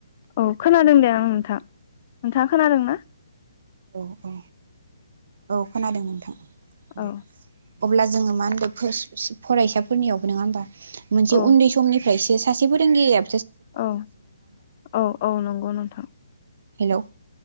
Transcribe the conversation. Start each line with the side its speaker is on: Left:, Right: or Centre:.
Left: औ खोनादों दे आं नोंथां नोंथाङा खोनादों ना?
Right: औ औ औ खोनादों नोंथां।
Left: औ
Right: दे। अब्ला जोङो मा होनदों फरायसाफोरनियावबो नङा होमबा मोनसे
Left: औ
Right: उन्दै समनि। ओमफ्राय इसे सासे फोरोंगिरिया
Left: औ औ औ नंगौ नोंथां।
Right: हेलौ